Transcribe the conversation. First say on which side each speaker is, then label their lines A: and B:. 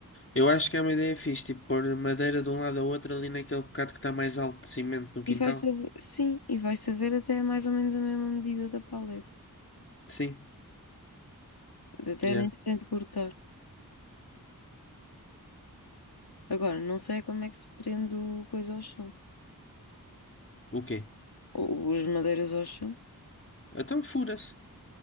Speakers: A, on the left; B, on the left.
A: Eu acho que é uma ideia é fixe, tipo, pôr madeira de um lado ao outro ali naquele bocado que está mais alto de cimento no quintal.
B: E vai saber, sim, e vai saber até mais ou menos a mesma medida da paleta.
A: Sim.
B: Até
A: Yeah.
B: nem se tente cortar. Agora, não sei como é que se prende o coisa ao chão.
A: O quê?
B: Ou as madeiras ao chão.
A: Então fura-se.